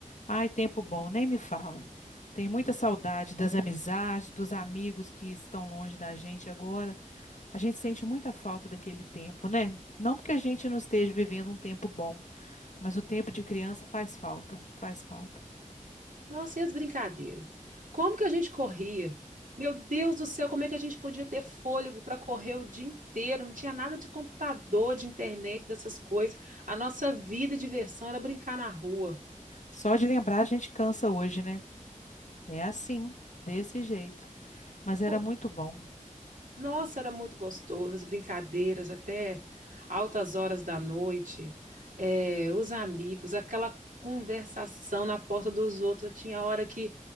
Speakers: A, on the left; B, on the right.
A: ai, tempo bom, nem me fala. Tem muita saudade das amizades, dos amigos que estão longe da gente agora. A gente sente muita falta daquele tempo, né? Não porque a gente não esteja vivendo um tempo bom, mas o tempo de criança faz falta, faz falta.
B: Nossa, e as brincadeiras? Como que a gente corria? Meu Deus do céu, como é que a gente podia ter fôlego para correr o dia inteiro? Não tinha nada de computador, de internet, dessas coisas. A nossa vida e diversão era brincar na rua.
A: Só de lembrar a gente cansa hoje, né? É assim, desse jeito. Mas era
B: Pô,
A: muito bom.
B: Nossa, era muito gostoso, as brincadeiras até altas horas da noite, eh, os amigos, aquela conversação na porta dos outros. Tinha hora que